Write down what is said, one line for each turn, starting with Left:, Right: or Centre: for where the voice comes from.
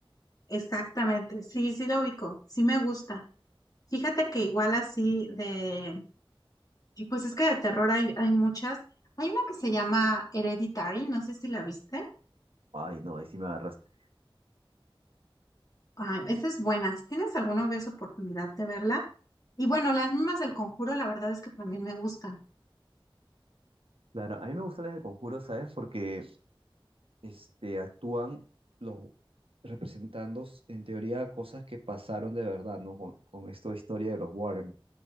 Left: Exactamente, sí, sí la ubico, sí me gusta. Fíjate que igual así de, y pues es que de terror hay, hay muchas. Hay una que se llama Hereditary, no sé si la viste.
Right: Ay, no, ahí sí me agarraste.
Left: Ay, esa es buena, si tienes alguna vez oportunidad de verla. Y bueno, las mismas del Conjuro, la verdad es que también me gustan.
Right: Claro, a mí me gustan las de Conjuro, ¿sabes? Porque este, actúan los representando, s- en teoría, cosas que pasaron de verdad, ¿no? Con, con esta historia de los Warren,